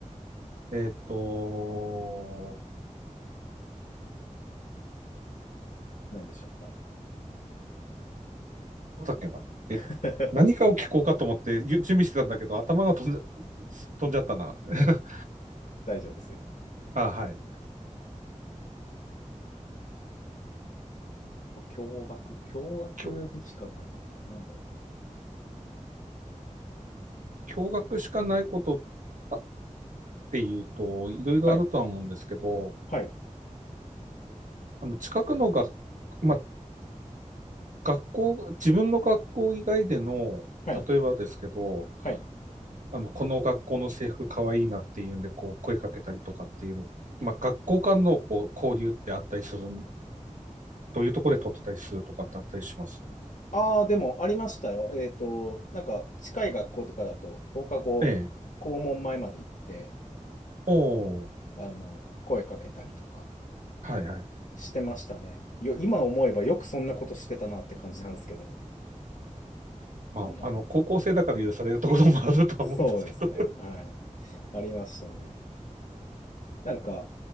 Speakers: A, on the right (about 75°); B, on the left (about 75°).
A: えっと、
B: 何でしょうか。
A: なんだったっけなえ、
B: <laughs>
A: 何かを聞こうかと思ってゆ準備してたんだけど、頭が飛んじゃ、飛んじゃったな。<laughs>
B: 大丈夫ですよ。
A: あ、はい。
B: 驚愕。驚愕にしかないことってなんだろうな。
A: きょ、驚愕しかないことあっていうと、いろいろあるとは思うんですけど、
B: はい。はい。
A: あの、近くのが、まあ、学校、自分の学校以外での、
B: はい。
A: 例えばですけど、
B: はい。
A: あの、この学校の制服かわいいなっていうんで、こう、声かけたりとかっていうの、まあ、学校間のこう交流ってあったりする、どういうところで撮ってたりするとかってあったりします
B: ああ、でもありましたよ。えっと、なんか近い学校とかだと放課後、
A: ええ。
B: 校門前まで行って、
A: おお、
B: あの、声かけたりとか。
A: はいはい。
B: してましたね。よ、今思えばよくそんなことしてたなって感じなんですけど。
A: まあ、
B: あ、
A: あの、高校生だから許されるところもあるとは思うんですけど。
B: そうですね。
A: <laughs>
B: はい。ありましたね。なんか、